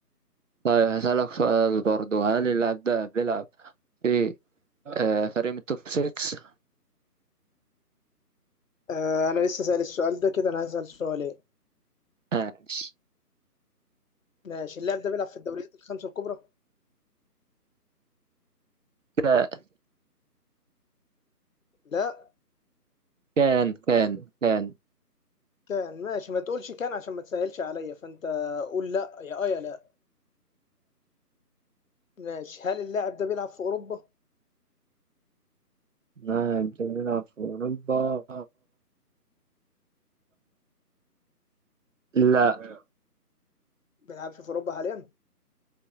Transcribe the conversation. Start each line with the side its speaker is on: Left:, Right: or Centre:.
Right: طيب هسألك سؤال برضو هل اللاعب ده بيلعب في آه فريق من التوب 6
Left: آه انا لسه سأل السؤال ده كده انا هسأل سؤالين
Right: ماشي
Left: ماشي اللاعب ده بيلعب في الدوريات الخمسة الكبرى
Right: كده
Left: لا
Right: كان كان كان
Left: كان ماشي ما تقولش كان عشان ما تسهلش عليا فانت قول لا يا اه يا لا ماشي هل اللاعب ده بيلعب في اوروبا
Right: نعم بنلعب في أوروبا لا
Left: بيلعبش في اوروبا حاليا